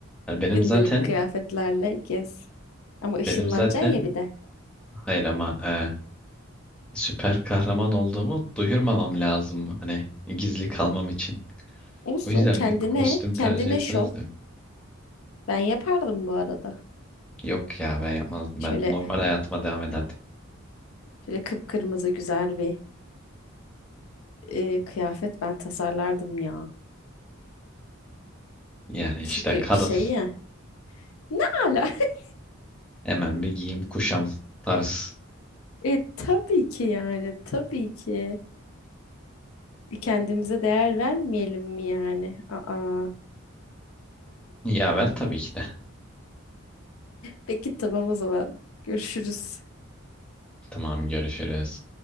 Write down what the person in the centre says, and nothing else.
Hani benim
zaten
benim zaten
hayır ama e, süper kahraman olduğumu duyurmamam lazım. Hani gizli kalmam için.
O yüzden
bir kostüm tercih
etmezdim.
Yok ya ben yapmazdım.
Ben normal hayatıma devam ederdim.
Yani işte
kadın
hemen bir giyim kuşam tarz.
Yaver tabii ki de.
Tamam görüşürüz.